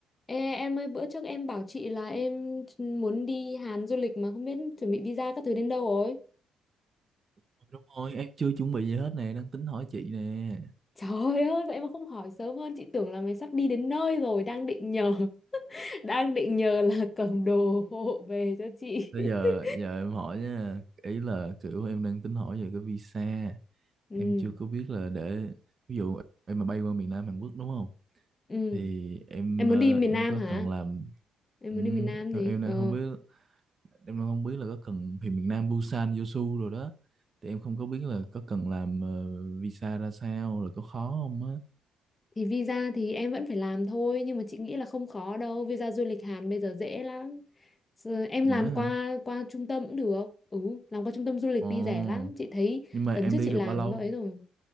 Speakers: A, on the left (about 20°); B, on the right (about 25°).
A: Ê, em ơi bữa trước em bảo chị là em muốn đi Hàn du lịch mà không biết chuẩn bị visa các thứ đến đâu rồi.
B: Ừ, đúng rồi em chưa chuẩn bị gì hết nè đang tính hỏi chị nè
A: Trời ơi, vậy mà không hỏi sớm hơn, chị tưởng là mày sắp đi đến nơi rồi, đang định nhờ, <laughs> đang định nhờ là cầm đồ hộ về cho chị.
B: bây giờ
A: <laughs>
B: giờ em hỏi nha ý là kiểu em đang tính hỏi về cái visa
A: Ừ,
B: em chưa có biết là để ví dụ em mà bay qua miền Nam Hàn Quốc đúng không
A: ừ.
B: thì em
A: Em
B: ờ,
A: muốn đi miền
B: em
A: Nam
B: có
A: hả?
B: cần làm
A: Em
B: ừ,
A: muốn đi miền Nam thì,
B: em, em đang
A: ờ.
B: không biết em đang không biết là có cần thì miền Nam Busan Jeosu rồi đó thì em không có biết là có cần làm ờ, visa ra sao rồi có khó không á
A: thì visa thì em vẫn phải làm thôi nhưng mà chị nghĩ là không khó đâu visa du lịch Hàn bây giờ dễ lắm Giờ em
B: nhớ
A: làm qua
B: hả
A: qua trung tâm cũng được ừ làm qua trung tâm du lịch
B: ồ
A: đi rẻ lắm chị thấy
B: nhưng mà
A: lần
B: em
A: trước
B: đi
A: chị
B: được
A: làm
B: bao lâu
A: cái ấy rồi